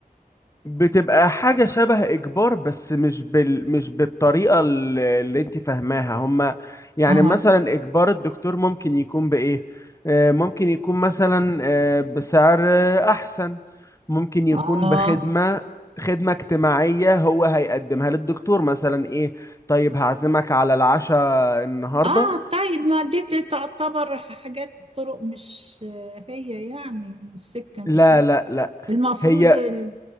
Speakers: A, on the left (about 20°); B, on the right (about 35°).
A: بتبقى حاجة شبه إجبار بس مش بال مش بالطريقة ال- اللي أنت فاهماها هما يعني
B: اه
A: مثلا إجبار الدكتور ممكن يكون بإيه؟ آه، ممكن يكون مثلا آه، بسعر آه، أحسن ممكن يكون
B: اه
A: بخدمة خدمة اجتماعية هو هيقدمها للدكتور مثلا إيه؟ طيب هعزمك على العشاء النهاردة
B: اه طيب ما دي دي تعتبر حاجات طرق مش هي يعني السكة مش
A: لا
B: هي
A: لا لا
B: المفروض
A: هي
B: ال-